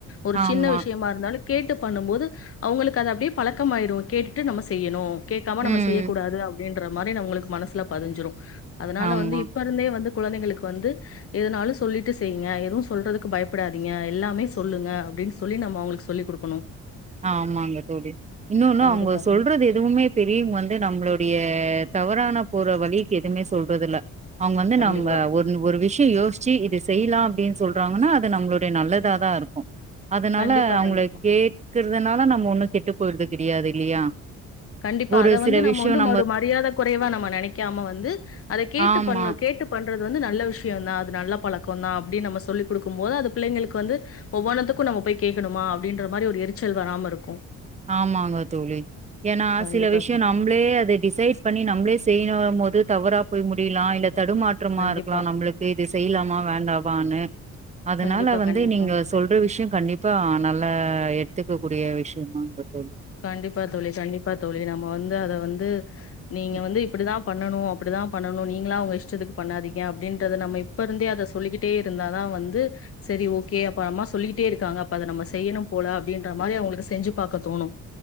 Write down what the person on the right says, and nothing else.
ஆமா
ம்
ஆமா
ஆமாங்க தோழி இன்னொன்னு
அவங்க சொல்றது
எ துவுமே பெரியுங் வந்து நம்மளுடைய தவறான போற வழிக்கு எதுவுமே சொல்றதுல்ல அவங்க வந்து
நம்ப ஒர் ஒரு விஷயம் யோச்சி இது செய்யலாம் அப்டின் சொல்றாங்கன்னா அது நம்மளுடைய நல்லதா தான் இருக்கும் அதனால
அவங்கள
கேக்குறதுனால நம்ம ஒண்ணும் கெட்டு போய்றது கிடையாது இல்லையா
ஒரு
சில
விஷயம்
ஆமா
ஆமாங்க தோழி ஏன்னா
சில விஷயம் நா நம்பளே அத டிசைட் பண்ணி நம்பளே செய்யும் போது தவறா போய் முடியலாம் இல்ல தடுமாற் றமா
இருக்கலாம் நம்புளுக்கு இது செய்யலாமா வேண்டாவான்னு அதனால
வந்து
நீங்க சொல்ற விஷயம் கண்டிப்பா நல்லா எடுத்துக்க கூடிய விஷய தாங்க தோழி
ம்.